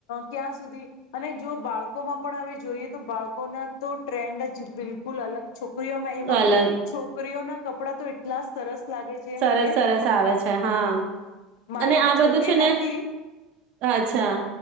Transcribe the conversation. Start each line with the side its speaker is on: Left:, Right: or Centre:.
Left: ક્યાં સુધી અને જો બાળકોમાં પણ હવે જોઈએ તો બાળકોના તો ટ્રેન્ડ જ બિલકુલ અલગ છો છોકરીઓમાં એમાં
Right: અલગ
Left: પણ છોકરીઓના કપડાં તો એટલા સરસ લાગે છે
Right: સરસ
Left: મને
Right: સરસ આવે છે હા
Left: મારે
Right: અને આ
Left: તો
Right: બધું
Left: છોકરી
Right: છે ને
Left: નથી
Right: અચ્છા